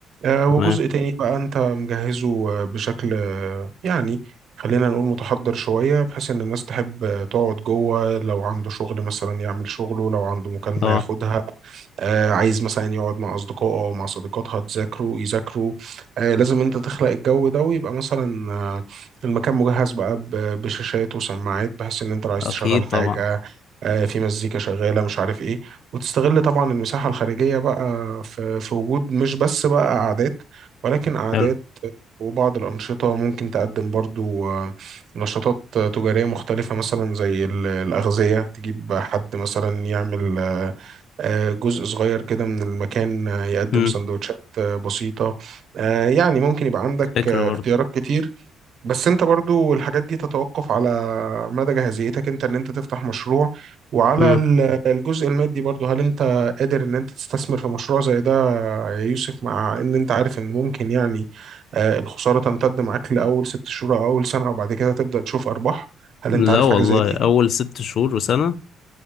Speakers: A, on the right (about 55°); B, on the left (about 55°).
A: آه، وجزء
B: تمام
A: تاني بقى انت مجهزه آه، بشكل آه، يعني خلينا نقول متحضر شوية بحيث ان الناس تحب آه، تقعد جوه لو عنده شغل مثلا يعمل شغله لو عنده مكالمة
B: اه
A: ياخدها آه، عايز مثلا يقعد مع أصدقائه أو مع صديقاتها تذاكروا يذاكروا آه، لازم أنت تخلق الجو ده ويبقى مثلا آه، المكان مجهز بقى ب- بشاشات وسماعات بحيث إن أنت لو عايز
B: اكيد
A: تشغل حاجة
B: طبعا
A: آه، في مزيكا شغالة مش عارف إيه وتستغل طبعا المساحة الخارجية بقى في في وجود مش بس بقى قعدات ولكن قعدات
B: حلو
A: وبعض الأنشطة ممكن تقدم برضو آه، نشاطات تجارية مختلفة مثلا زي ال- الأغذية تجيب حد مثلا يعمل آه، آه، جزء صغير كده من المكان آه، يقدم
B: امم
A: سندوتشات آه، بسيطة آه، يعني ممكن يبقى عندك
B: فكرة
A: آه،
B: برضه
A: اختيارات كتير بس انت برضو الحاجات دي تتوقف على مدى جاهزيتك انت ان انت تفتح مشروع وعلى
B: امم
A: ال- الجزء المادي برضو هل انت قادر ان انت تستثمر في مشروع زي ده يا يوسف مع ان انت عارف ان ممكن يعني آه، الخسارة تمتد معاك لأول ست شهور او اول سنة وبعد كده تبدأ تشوف ارباح هل
B: لا
A: انت عارف
B: والله
A: حاجة زي دي؟
B: اول ست شهور وسنة